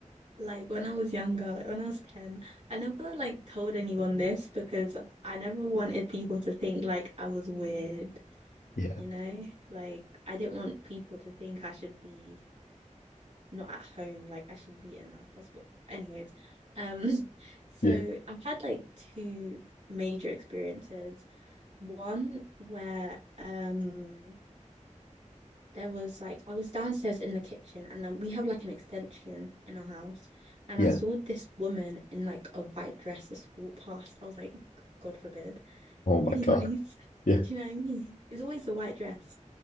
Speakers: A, on the right; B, on the left.
A: Like when I was younger, like when I was 10, I never like told anyone this because I never wanted people to think like I was weird,
B: Yeah.
A: you know? Like I didn't want people to think I should be not at home, like I should be in a hospital. Anyways, um, <laughs> so
B: Yeah.
A: I've had like two major experiences. One where um there was like I was downstairs in the kitchen and then we have like an extension in our house and
B: Yeah.
A: I saw this woman in like a white dress just walk past. I was like, God forbid. <laughs>
B: Oh my
A: Anyways,
B: God. Yeah.
A: do you know what I mean? It's always the white dress.